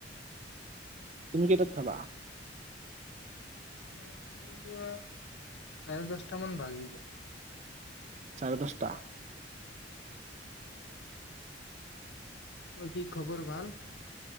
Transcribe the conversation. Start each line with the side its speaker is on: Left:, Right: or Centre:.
Right: তুমি কেইটাত খাবা?
Left: উম, ধৰি লোৱা চাৰে দহটা মান বাজিব।
Right: চাৰে দহটা।
Left: বাকি কি খবৰ ভাল?